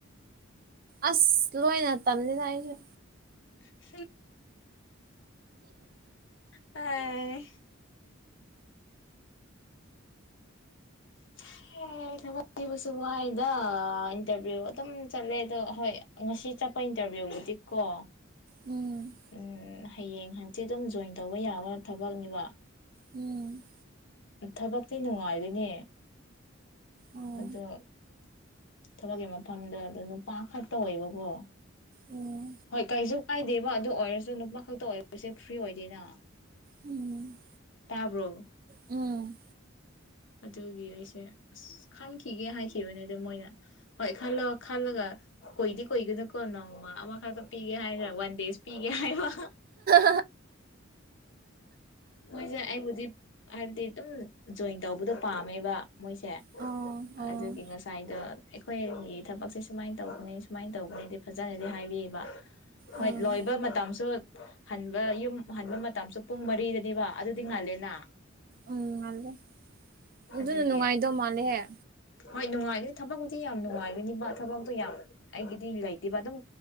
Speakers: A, on the right; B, on the left.
A: ꯑꯁ ꯂꯣꯏꯅ ꯇꯂꯦ ꯂꯥꯛ ꯑꯩꯁꯨꯦ
B: <unintelligible> ꯍꯦ <unintelligible> <inaudible> ꯁꯤꯕꯨꯁꯨ ꯋꯥꯍꯗ ꯏꯟꯇꯔꯚꯤꯌꯨ ꯑꯗꯨꯝ ꯆꯠꯂꯦ ꯑꯗꯣ ꯍꯣꯏ ꯉꯁꯤ ꯆꯠꯄ ꯏꯟꯇꯔꯚꯤꯌꯨꯕꯨꯗꯤꯀꯣ
A: ꯎꯝ
B: ꯎꯝ ꯍꯌꯦꯡ ꯍꯟꯆꯤꯠ ꯑꯗꯨꯝ ꯖꯣꯏꯟ ꯇꯧꯕ ꯌꯥꯕ ꯊꯕꯛꯅꯦꯕ
A: ꯎꯝ
B: ꯊꯕꯛꯇꯤ ꯅꯨꯡꯉꯥꯏꯗꯨꯅꯦ
A: ꯑꯣ
B: ꯑꯗꯣ ꯊꯕꯛꯀꯤ ꯃꯐꯝꯗꯣ ꯑꯗꯣ ꯅꯨꯄꯥ ꯈꯛꯇ ꯑꯣꯏꯦꯕꯀꯣ
A: ꯑꯣ
B: ꯍꯣꯏ ꯀꯩꯁꯨ ꯀꯥꯏꯗꯦꯕ ꯑꯗꯨ ꯑꯣꯏꯔꯁꯨ ꯅꯨꯄꯥ ꯈꯛꯇ ꯑꯣꯏꯕꯁꯦ ꯐ꯭ꯔꯤ ꯑꯣꯏꯗꯣꯏꯅ
A: ꯎꯝ
B: ꯇꯥꯕꯔꯣ
A: ꯎꯝ
B: ꯑꯗꯨꯒꯤ ꯑꯩꯁꯦ ꯑꯁ ꯈꯟꯈꯤꯒꯦ ꯍꯥꯏꯈꯤꯕꯅꯦꯗ ꯃꯣꯏꯅ ꯍꯣꯏ ꯈꯂ ꯈꯜꯂꯒ ꯀꯣꯏꯗꯤ ꯀꯣꯏꯒꯅꯨꯀꯣ ꯅꯣꯡꯃ ꯑꯃꯈꯛꯇ ꯄꯤꯒꯦ ꯍꯥꯏꯗ꯭ꯔꯥ ꯋꯥꯟ ꯗꯦꯖ ꯄꯤꯒꯦ ꯍꯥꯏꯕ
A: <inaudible>
B: ꯃꯣꯏꯁꯦ ꯑꯩꯕꯨꯗꯤ ꯍꯥꯏꯕꯗꯤ ꯑꯗꯨꯝ ꯖꯣꯏꯟ ꯇꯧ ꯕꯨꯗ ꯄꯥꯝꯃꯦꯕ ꯃꯣꯏꯁꯦ
A: ꯑꯣ ꯑꯣ
B: ꯑꯗꯨꯒꯤ ꯉꯁꯥꯏꯗ ꯑꯩꯈꯣꯏꯒꯤ ꯊꯕꯛꯁꯦ ꯁꯨꯃꯥꯏꯅ ꯇꯧꯒꯅꯤ ꯁꯨꯃꯥꯏꯅ ꯇꯧꯕꯒꯅꯤꯗꯤ ꯐꯖꯅꯗꯤ ꯍꯥꯏꯕꯤꯌꯦꯕ ꯍꯣꯏ
A: ꯑꯣ
B: ꯂꯣꯏꯕ ꯃꯇꯝꯁꯨ ꯍꯟꯕ ꯌꯨꯝ ꯍꯟꯕ ꯃꯇꯝꯁꯨ ꯄꯨꯡ ꯃꯔꯤꯗꯗꯤꯕ ꯑꯗꯨꯗꯤ ꯉꯥꯜꯂ ꯂꯦꯅ
A: ꯎꯝ ꯃꯥꯂꯦ ꯑꯗꯨꯗꯨꯅ
B: ꯑꯗꯨꯒꯤ
A: ꯅꯨꯡꯉꯥꯏꯗ ꯃꯥꯂꯦꯍ
B: ꯍꯣꯏ ꯅꯨꯡꯉꯥꯏꯒꯅꯤ ꯊꯕꯛꯗꯤꯤ ꯌꯥꯝ ꯅꯨꯡꯉꯥꯏꯒꯅꯤ ꯃꯥ ꯊꯕꯛꯇꯣ ꯌꯥꯝ ꯑꯩꯒꯤꯗꯤ ꯂꯩꯇꯦꯕ ꯑꯗꯨꯝ